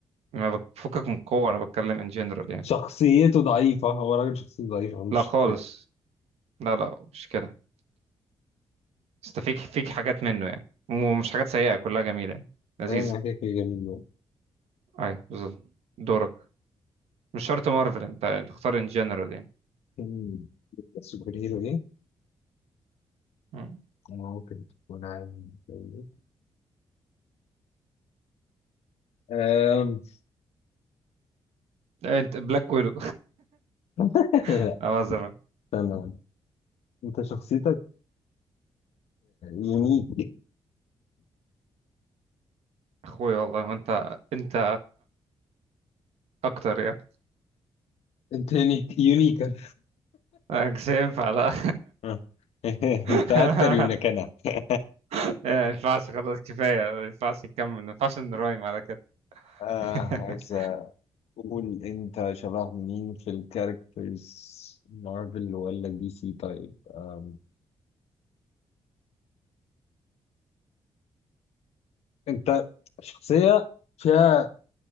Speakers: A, on the right; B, on the left.
A: ما بفكك من قوه انا بتكلم ان جنرال يعني
B: شخصيته ضعيفة هو راجل شخصيته ضعيفة مش
A: لا خالص
B: شخصية
A: لا لا مش كده بس فيك فيك حاجات منه يعني ومش حاجات سيئه كلها جميله يعني لذيذه
B: ايوه انا كده كده جميل يعني.
A: ايوه بالظبط دورك مش شرط مارفل انت تختار ان جنرال يعني
B: مم. سوبر هيرو
A: مم.
B: ممكن تكون عامل زي أم...
A: لا، انت بلاك ويدو
B: <laughs>
A: <laughs>
B: لا
A: أزرق
B: استنى انت شخصيتك يونيك
A: اخوي والله ما انت انت اكتر يعني
B: انت يونيك يونيكر
A: أنا مش هينفع لا
B: <laughs>
A: <laughs>
B: انت اكتر يونيكنا <laughs>
A: إيه، ما ينفعش خلاص كفاية ما ينفعش نكمل ما ينفعش نرايم على كده
B: آه
A: <laughs>
B: عايز اقول انت شبه مين في الكاركترز مارفل ولا دي سي طيب أم... انت شخصية فيها